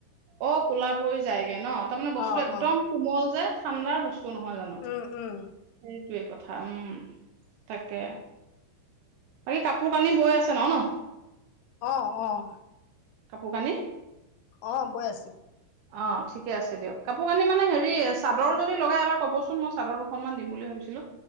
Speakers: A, on the right; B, on the left.
A: অ কলা পৰি যায়গে ন তাৰমানে বস্তুটো
B: অ
A: একদম
B: অ
A: কোমল যে ঠাণ্ডা বস্তু নহয় জানো
B: উম উম
A: সেইটোৱে কথা উম তাকে বাকী কাপোৰ কানি বৈ আছে ন ন?
B: অ অ
A: কাপোৰ কানি?
B: অ বৈ আছো
A: অ ঠিকে আছে দিয়ক, কাপোৰ কানি মানে হেৰি চাদৰ যদি লগাই এবাৰ ক'বচোন মই চাদৰ দুখনমান দিম বুলি ভাবিছিলোঁ।